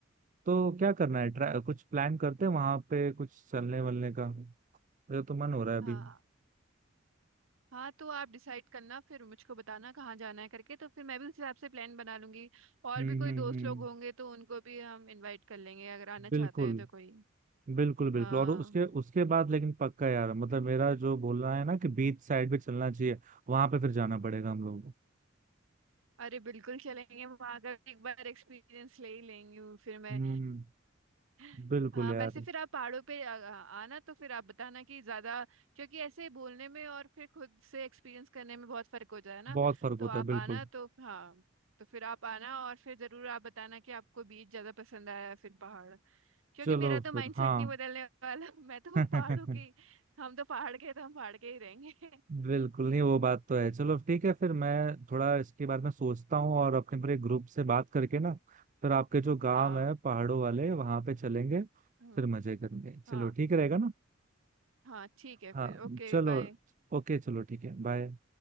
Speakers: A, on the right; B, on the right.
A: तो क्या करना है ट्रा कुछ प्लान करते हैं वहां पे कुछ चलने वलने का मुझे तो मन हो रहा है
B: हाँ
A: अभी
B: हाँ तो आप डिसाइड करना फिर मुझको बताना कहाँ जाना है करके तो फिर मैं भी उस हिसाब से प्लान बना लूंगी और
A: हम्म
B: भी कोई
A: हम्म
B: दोस्त
A: हम्म
B: लोग होंगे तो उनको भी हम इनवाइट कर लेंगे अगर आना
A: बिल्कुल
B: चाहते हैं तो कोई
A: बिल्कुल बिल्कुल
B: हाँ
A: और उसके उसके बाद लेकिन पक्का यार मतलब मेरा जो बोलना है ना कि बीच साइड भी चलना चाहिए वहां पे फिर जाना पड़ेगा हम लोगों को
B: अरे बिल्कुल चलेंगे वहां का एक बार एक्सपीरियंस ले ही लेंगी वो फिर मैं
A: हम्म
B: <laughs>
A: बिल्कुल
B: हाँ
A: यार
B: वैसे फिर आप पहाड़ों पे आ, आ- आना तो फिर आप बताना कि ज्यादा क्योंकि ऐसे बोलने में और फिर खुद से एक्सपीरियंस करने में बहुत फर्क हो जाए ना
A: बहुत फर्क
B: तो
A: होता
B: आप
A: है बिल्कुल
B: आना तो हाँ तो फिर आप आना और फिर जरूर आप बताना कि आपको बीच ज्यादा पसंद आया या फिर पहाड़ क्योंकि
A: चलो
B: मेरा तो माइंडसेट
A: फिर हाँ
B: नहीं बदलने वाला <laughs> मैं तो
A: <laughs>
B: पहाड़ों की हम तो पहाड़ के हैं, तो हम पहाड़ के ही रहेंगे <laughs>
A: बिल्कुल नहीं वो बात तो है चलो ठीक है फिर मैं थोड़ा इसके बारे में सोचता हूँ और अपने पूरे ग्रुप से बात करके ना फिर आपके जो गांव
B: हाँ
A: है पहाड़ों वाले वहां पे चलेंगे
B: हम्म,
A: फिर मजे करेंगे चलो
B: हाँ
A: ठीक रहेगा ना
B: हाँ ठीक है फिर
A: हाँ
B: ओके
A: चलो
B: बाय
A: ओके चलो ठीक है बाय